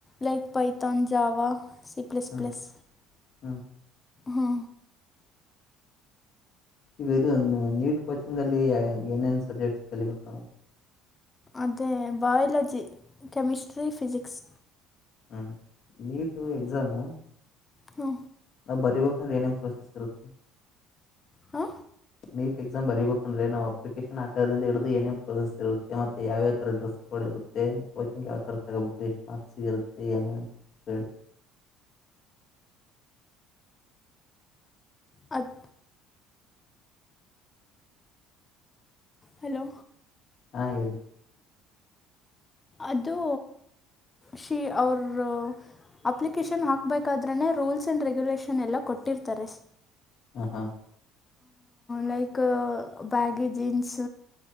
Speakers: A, on the left (about 25°); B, on the left (about 55°).
A: ಲೈಕ್ ಪೈತನ್ ಜಾವ ಸಿ ಪ್ಲಸ್
B: ಹ್ಞೂ
A: ಪ್ಲಸ್
B: ಹ್ಞೂ
A: ಹಾ
B: ಈಗ ಇದು ನೀಟ್ ಕೋಚಿಂಗಲ್ಲಿ ಏನೇನು ಸಬ್ಜೆಕ್ಟ್ ಕಲಿಬೇಕು ನಾವು
A: ಅದೇ ಬಯಾಲಜಿ ಕೆಮಿಸಿಸಟ್ರಿ ಫಿಜಿಕ್ಸ್
B: ಹ್ಮ ನೀಟ್ ಎಕ್ಸಾಮು
A: ಹ್ಞೂ
B: ನಾವ್ ಬರಿಬೇಕ ಏನೇನು ಪ್ರೋಸೆಸ್ ಇರುತ್ತೆ
A: ಹಾ
B: ನೀಟ್ ಎಕ್ಸಾಮ ಬೀಬೇಕಂದ್ರೆ ನಾವು ಅಪ್ಲಿಕೇಶನ್ ಹಾಕೋ್ರಿಂದ ಹಡಿದ ಏೇನ್ ಪ್ರೊಸೆಸ್ ಇತ್ತೆತ್ತ ಯಾವರ ಡ್ರೆಸ್ ಕಡ್ ಇತ್ತೆ ಕೋಚಿಂಗ್ ಯಾವ ಥರ ತಗೋಬೇಕು ಎಷ್ಟು ಮಾರ್ಕ್ ಸಿಗಿರುತ್ತೆ ಏನು ಅಂತ ಹೇಳ
A: ಹದು ಹಲೋ
B: ಹಾ ಹೇಳಿ
A: ಅದು ಶೀ ಅವ್ರ ಅಪ್ಲಿಕೇಶನ್ ಹಾಕ್ಬೇಕಾದ್ರನನೆ ರೂಲ್ಸ್ ಅ್ಯಂಡ್ ರೆಗ್ಯುಲೇಷನ್ ಎಲ್ಲ ಕೊಟ್ಟಿರ್ತಾರೆ
B: ಆ ಹಾ
A: ಲೈಕ್ ಬ್ಯಾಗಿ ಜೀನ್ಸ್